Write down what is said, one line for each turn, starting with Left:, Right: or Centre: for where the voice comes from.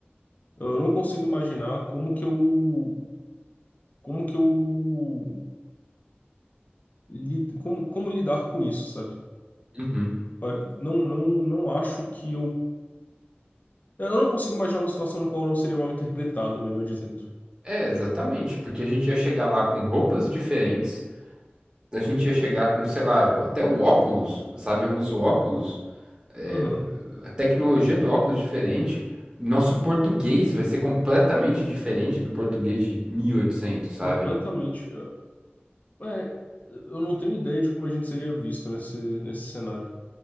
Left: Eu não consigo imaginar como que eu, como que eu, lid- como, como lidar com isso, sabe?
Right: Uhum.
Left: Pa- Não, não, não acho que eu Eu não consigo imaginar uma situação no qual eu não seria mal interpretado, melhor dizendo.
Right: É, exatamente, porque a gente ia chegar lá com roupas diferentes, a gente ia chegar com, sei lá, até o óculos, sabe? Eu uso óculos é,
Left: Aham,
Right: a tecnologia do óculos é diferente. Nosso português vai ser completamente diferente do português de 1800, sabe?
Left: completamente. É, é, eu não tenho ideia de como a gente seria visto nesse, nesse cenário.